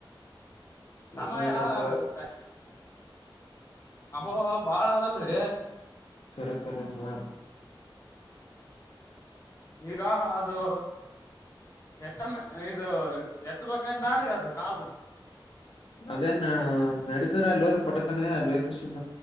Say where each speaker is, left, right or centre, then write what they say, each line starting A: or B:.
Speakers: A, on the left (about 85°); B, on the left (about 35°).
A: ಸಮಯದ
B: ಸಮಯತ್ತೆ
A: ಅಭಾವ
B: ಅಬಾವ ಬಾಳ ಅದಲ್ರಿ
A: ಕರ ಕರ ನಲ್ <unintelligible>
B: ಈಗ ಅದು ಎತ್ತನ ಇದು ಎತ್ತ ಬನ್ ಬ್ಯಾಡ್ರಿ ಅದು ಕಾಲ್
A: ಅದೇ ನ ನಡ ಇರ ಅಲ್ಲಿರಿ ಪಟಕನೇ ಅಕೇಶನ್